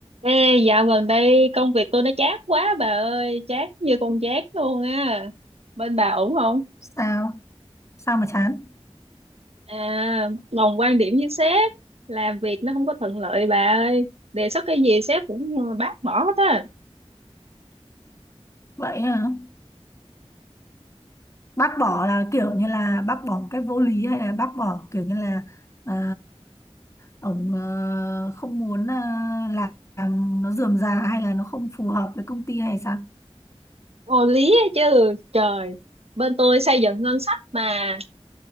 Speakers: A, on the right; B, on the left.
A: Ê, dạo gần đây công việc tôi nó chát quá bà ơi, chát như con chát luôn á. Bên bà ổn không?
B: sao sao mà chán
A: À, đồng quan điểm với sếp, làm việc nó không có thuận lợi bà ơi. Đề xuất cái gì sếp cũng bác bỏ hết á.
B: vậy hả bác bỏ là kiểu như là bác bỏ một cách vô lý hay là bác bỏ kiểu như là à, ông ờ, không muốn à, làm nó rườm rà hay là nó không phù hợp với công ty hay sao
A: Vô lý á chứ, trời. Bên tôi xây dựng ngân sách mà